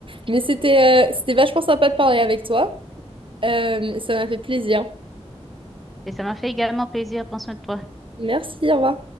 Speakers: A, on the right (about 50°); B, in the centre.
A: Mais c'était euh, c'était vachement sympa de parler avec toi. Euh, ça m'a fait plaisir.
B: et ça m'a fait également plaisir. Prends soin de toi.
A: Merci, au revoir.